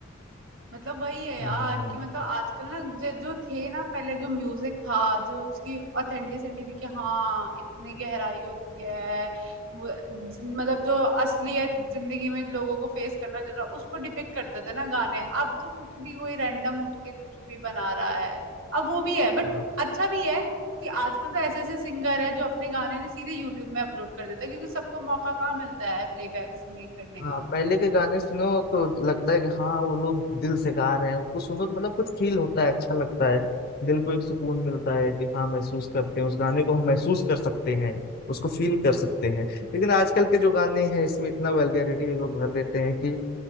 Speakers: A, on the right; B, on the left.
A: मतलब वही है यार
B: हाँ,
A: कि मतलब आजकल ना जो जो थे ना पहले जो म्यूजिक था जो उसकी ऑथेंटिसिटी थी कि हाँ इतनी गहराई होती है वो- ज- मतलब जो असलियत जिंदगी में लोगों को फेस करना चल रहा उसको डिपिक्ट करते थे ना गाने अब तो कुछ भी कोई रैंडम उठ के कुछ भी बना रहा है अब वो भी है बट
B: हाँ,
A: अच्छा भी है कि आजकल तो ऐसे ऐसे सिंगर है जो अपने गाने ने सीधे यूट्यूब में अपलोड कर देता है क्योंकि सबको मौका कहाँ मिलता है प्लेबैक सिंगिंग करने का
B: हाँ, पहले के गाने सुनो तो लगता है कि हाँ वो लोग दिल से गा रहे हैं उनको सुनो तो मतलब कुछ फील होता है अच्छा लगता है दिल को एक सुकून मिलता है कि हाँ महसूस करते हैं उस गाने को हम महसूस कर सकते हैं उसको फील कर सकते हैं लेकिन आजकल के जो गाने हैं इसमें इतना वल्गैरिटी ये लोग भर देते हैं कि